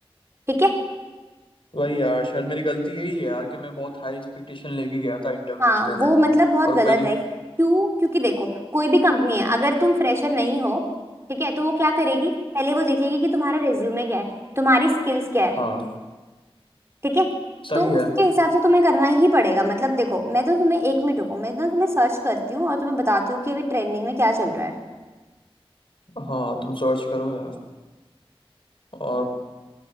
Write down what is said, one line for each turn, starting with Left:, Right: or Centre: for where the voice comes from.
Right: ठीक है
Left: वही यार शायद मेरी गलती यही है यार कि मैं बहुत हाई एक्सपेक्टेशन लेके गया था इंटरव्यूज
Right: हाँ
Left: देने
Right: वो मतलब बहुत
Left: और
Right: गलत
Left: वही
Right: है क्यों क्योंकि देखो कोई भी कंपनी है अगर तुम फ्रेशर नहीं हो ठीक है तो वो क्या करेगी पहले वो देखेगी कि तुम्हारा रिज्यूमे क्या है तुम्हारी स्किल्स क्या है
Left: हाँ
Right: ठीक है
Left: सही
Right: तो
Left: है
Right: उसके हिसाब से तुम्हें करना ही पड़ेगा मतलब देखो मैं तो तुम्हें एक मिनट रुको मैं ना तुम्हें सर्च करती हूँ और तुम्हें बताती हूँ कि अभी ट्रेंडिंग में क्या चल रहा है
Left: हाँ तुम सर्च करो यार और